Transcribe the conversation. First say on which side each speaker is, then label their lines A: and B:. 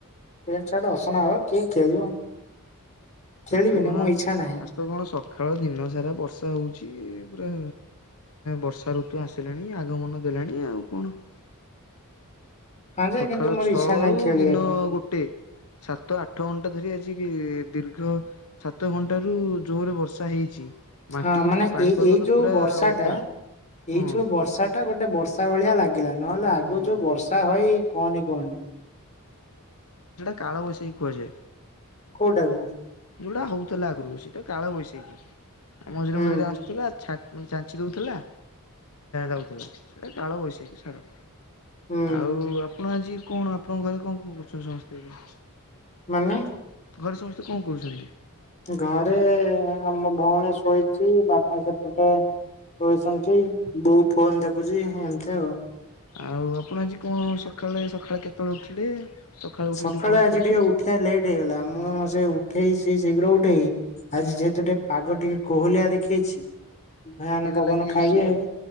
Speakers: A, on the left; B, on the left.
A: ପେଣ୍ଟ ସାର୍ଟ ଅସନା ହେବ ଆ କିଏ ଖେଳିବ ଖେଳିବିନି
B: ଆସ କଣ
A: ମୋ ଇଚ୍ଛା ନାହିଁ।
B: ଆସ ତ କଣ ସକାଳ ଦିନ ସାରା ବର୍ଷା ହଉଛି ପୁରା ବର୍ଷା ଋତୁ ଆସିଲାଣି ଆଗମନ ଦେଲାଣି ଆଉ କଣ <inaudible>
A: ହଁ ଯେ
B: ସକାଳ
A: କିନ୍ତୁ ମୋର
B: ଛଅରୁୁ
A: ଇଚ୍ଛା ନାହିଁ ଖେଳିବାକୁ
B: ଦିନ ଗୋଟେ ସାତ ଆଠ ଘଣ୍ଟା ଧରି ଆଜି ଦୀର୍ଘ ସାତ ଘଣ୍ଟ ରୁ ଜୋରରେ ବର୍ଷା ହେଇଛି ମାଟି
A: ହଁ ମାନେ
B: ପାଣିପାଗ
A: ଏଇ ଏଇ
B: ତ
A: ଯୋଉ
B: ପୁରା
A: ବର୍ଷା
B: ଓଦା
A: ଟା ଏଇ
B: ହଁ
A: ଯୋଉ ବର୍ଷା ଟା ଗୋଟେ ବର୍ଷା ବର୍ଷା ଭଳିଆ ଲାଗିଲା ନହେଲେ ଆଗ
B: ହଁ।
A: ଯୋଉ ବର୍ଷା ହଇ କହନି କହନି
B: କାଳବୗଶାଖି କୁହାଯାଏ
A: କଉଟାକୁ
B: ଯୋଉଟା ହଉଥିଲା ଆଗରୁ ସେଇଟା କାଳବୈଶାଖୀ ମଝିରେ
A: ହୁଁ
B: ମଝିରେ ଆସିୁଥିଲା ଛା ମାନେ ଚାଞ୍ଚି ଦଉଥିଲା ଦଉଥିଲା ସେଟା କାଳ ବୈଶାଖୀ ଛାଡ
A: ହୁଁ
B: ଆଉ ଆପଣ ଆଜି କଣ ଆପଣଙ୍କ ଘରେ କଣ କଣ କରୁଛନ୍ତି ସମସ୍ତେ ଆ
A: ମାନେ
B: ଘରେ ସମସ୍ତେ କଣ କହୁଛନ୍ତି
A: ଘରେ ଆମ ଭଉଣୀ ଶୋଇଛି ବାପା ଆଉ ସେପଟେ କହିଛନ୍ତି ବୋଉ ଫୋନ ଦେଖୁଛି ଏମିତି ଆଉ
B: ଆଉ ଆପଣ ଆଜି କଣ, ସକାଳେ-ସକାଳେ କେତେବେଳେ ଉଠିଲେ? ସକାଳୁ ଉଠି
A: ସକାଳେ
B: ଉଠି କଣ
A: ଆଜି
B: କଲେ?
A: ଟିକେ ଉଠିବା ଲେଟ୍ ହେଇଗଲା। ମୁଁ ସେ ଉଠେଇ ସେ ଶୀଘ୍ର ଉଠେଇି।
B: ହୁଁ
A: ଆଜି ଯେହେତୁ ଟିକେ ପାଗ ଟିକେ, କୋହୁଲିଆ ଦେଖେଇଛି। ଭୟାନକ
B: ନିଦ
A: ପବନ
B: ଲାଗି ଯାଇଛି
A: ଖାଇ କି
B: ଆଉ।